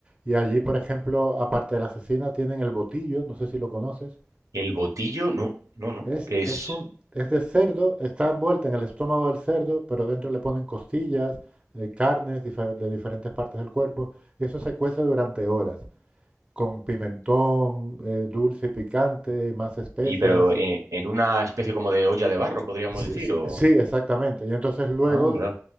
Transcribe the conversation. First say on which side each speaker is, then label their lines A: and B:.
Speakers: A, on the right; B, on the right.
A: y allí, por ejemplo, aparte de la cecina, tienen el botillo, no sé si lo conoces.
B: El botillo, no, no, no,
A: Es,
B: que es...
A: es un, es de cerdo, está envuelta en el estómago del cerdo, pero dentro le ponen costillas, eh, carnes dife- de diferentes partes del cuerpo, y eso se cuece durante horas, con pimentón eh, dulce y picante, y más especias.
B: Y pero eh,
A: y-
B: en una especie como de olla de barro, podríamos
A: sí,
B: decir,
A: sí,
B: o...
A: sí, exactamente. Y entonces luego,
B: Anda,